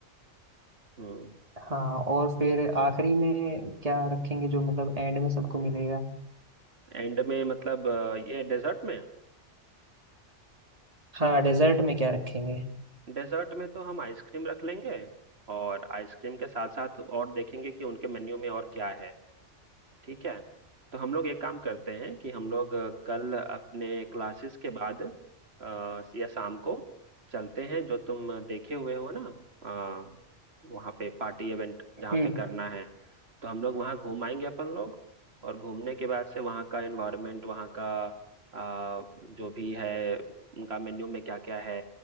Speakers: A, on the right (about 60°); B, on the right (about 30°).
A: हम्म
B: हाँ और फिर आखिरी में क्या रखेंगे जो मतलब एंड में सबको मिलेगा
A: एंड में मतलब अ, ये डेजर्ट में
B: हाँ डेजर्ट में क्या रखेंगे
A: डेजर्ट में तो हम आइसक्रीम रख लेंगे और आइसक्रीम के साथ साथ और देखेंगे कि उनके मेन्यू में और क्या है ठीक है तो हम लोग एक काम करते हैं कि हम लोग अ, कल अपने क्लासेस के बाद अ, या शाम को चलते हैं जो तुम देखे हुए हो ना अ, वहाँ पे पार्टी इवेंट जहाँ
B: हम्म
A: पे करना है तो हम लोग वहाँ घूम आएंगे अपन लोग और घूमने के बाद से वहाँ का एनवायरनमेंट वहाँ का अ, जो भी है उनका मेन्यू में क्या क्या है